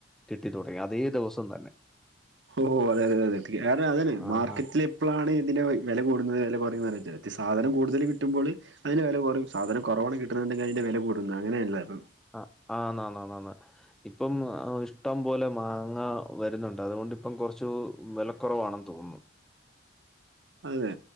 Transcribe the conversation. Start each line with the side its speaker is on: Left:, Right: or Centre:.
Centre: കിട്ടി തുടങ്ങി അതേ ദിവസം തന്നെ
Right: ഓ അതെ അതെ അതെ കാരണം അതാണ് മാർക്കറ്റില്
Centre: ആഹാ!
Right: ഇപ്പളാണ് ഇതിൻ്റെ വെല കൂടുന്നത് വെല കുറയുന്നത് സാധനം കൂടുതൽ കിട്ടുമ്പോള് അയിന്റെ വെല കൊറയും സാധനം കൊറവാണ് കിട്ടുന്നുണ്ടെങ്കി അയ്ന്റെ വില കൂടും അങ്ങനെല്ലെ അപ്പം
Centre: ആഹ് ആന്ന് ആന്ന് ന്ന് ഇപ്പം ഇഷ്ടം പോലെ മാങ്ങ വരുന്നുണ്ട് അതുകൊണ്ടിപ്പം കൊറച്ച് വെലക്കുറവാണെന്ന് തോന്നുന്നു
Right: അതെ